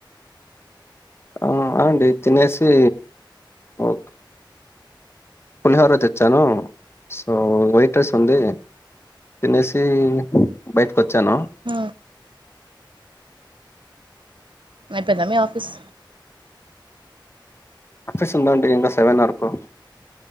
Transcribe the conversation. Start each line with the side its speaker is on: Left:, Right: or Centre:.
Left: ఉమ్ అండి తినేసి ఓకే పులిహోర తెచ్చాను సో వైట్ రైస్ ఉంది. తినేసి బయటకి వచ్చాను.
Right: హ అయిపోయిందా మి ఆఫీస్
Left: ఆఫీస్ ఉందండి ఇంకా సెవెన్ వరకు